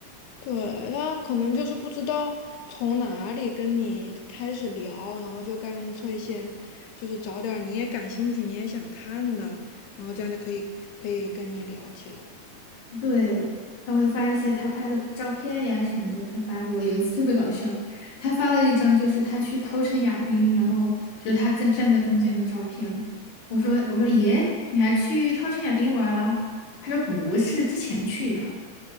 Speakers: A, on the left; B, on the left.
A: 对，他可能就是不知道从哪里跟你开始聊，然后就干脆先就是找点儿你也感兴趣、你也想看的，然后这样就可以可以跟你聊起来。
B: 对，他会发一些他拍的照片呀什么的，他发给我。有一次特别搞笑，他发了一张就是他去稻城亚丁，然后就是他站站在中间的照片。我说我说耶，你还去稻城亚丁玩啦？他说不是，之前去的。